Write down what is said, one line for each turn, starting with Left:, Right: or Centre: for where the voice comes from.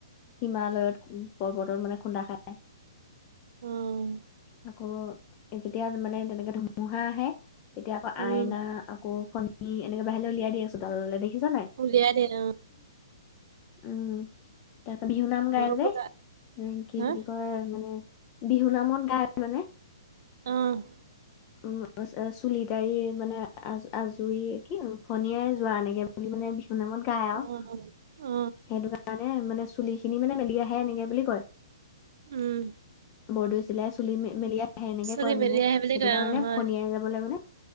Left: হিমালয়ত-পৰ্বতত মানে খুন্দা খাই।
Right: উম।
Left: আকৌ যেতিয়া মানে তেনেকে ধুমুহা আহে, তেতিয়া আকৌ
Right: উম
Left: আইনা আকৌ ফন নি, এনেকে বাহিৰলৈ উলিয়াই দিয়ে চোতাললৈ, দেখিছা নে নাই?
Right: উলিয়াই দিয়ে অ'।
Left: উম। তাৰাপৰা বিহু নাম গায়
Right: অ
Left: যে,
Right: পূজা
Left: এ কি
Right: হা
Left: বুলি কয়, মানে বিহু নামত গায় মানে
Right: অ'
Left: উম, চুলি তাৰি, মানে আজুৰি-কি ফনিয়াই যোৱা, এনেকে বুলি মানে বিহু নামত গাই
Right: অ
Left: আৰু,
Right: অ
Left: সেইটো কাৰণে মানে চুলিখিনি মানে মেলি আহে, এনেকে বুলি কয়।
Right: উম।
Left: বৰদৈচিলাই চুলি মেল-মেলি আহে, এনেকে
Right: চুলি
Left: কয়
Right: মেলি
Left: মানে,
Right: আহে বুলি
Left: সেইটো
Right: কয়
Left: কাৰণে
Right: অ হয়
Left: ফনিয়াই যাব বলে মানে,